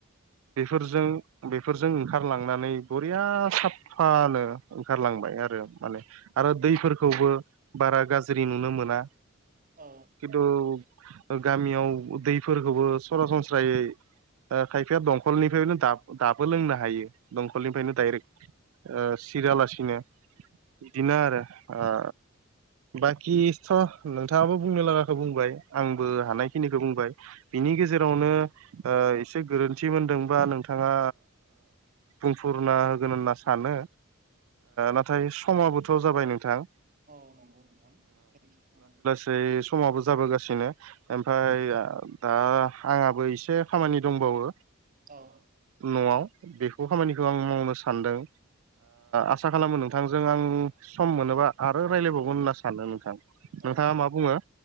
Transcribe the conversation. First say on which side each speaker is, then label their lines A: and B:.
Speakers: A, on the right (about 75°); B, on the right (about 40°).
A: बेफोरजों बेफोरजों ओंखारलांनानै बरिया साफानो ओंखारलांबाय आरो। माने आरो दैफोरखौबो बारा गाज्रि नुनो मोना।
B: औ
A: खिन्थु गामियाव दैफोरखौबो सरासनस्रायै खायफाया दंखलनिफ्रायनो दाबो लोंनो हायो दंखलनिफ्रायनो दडायरेक्ट सिरियालासिनो बिदिनो आरो ओ बाखिथ' नोंथाङाबो बुंनो लागाखौ बुंबाय आंबो
B: औ
A: हानायखिनिखौ बुंबाय बिनि गेजेरावनो एसे गोरोन्थि मोनदोंबा नोंथाङा बुंफुरना होगोन होनना सानो। नाथाय समाबोथ' जाबाय नोंथां
B: औ नंगौ नोंथां दोनसै
A: गासै समाबो जाबोगासिनो ओमफफ्राय दा आंहाबो एसे खामानि दंबावो
B: औ
A: न'आव बेखौ खामानिखौ आं मावनो सानदों। आसा खालामो नोंथांजों आं सम मोनोबा आरो रायजलायबावगोन होनना सानो नोंथां। नोंथाङा
B: औ
A: मा बुङो?